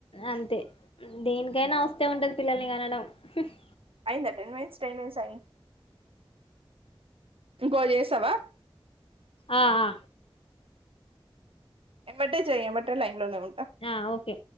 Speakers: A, on the left; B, on the right.
A: అంతే దేనికైనా వస్తే ఉంటది పిల్లల్ని కనడం సిస్
B: అయిందా టెన్ మినిట్స్ టెన్ మినిట్స్ అయింది ఇంకో చేస్తావా
A: ఆ ఆ
B: ఎమటే చెయి ఎమటే లైన్లే నే వు
A: ఆ ఓకే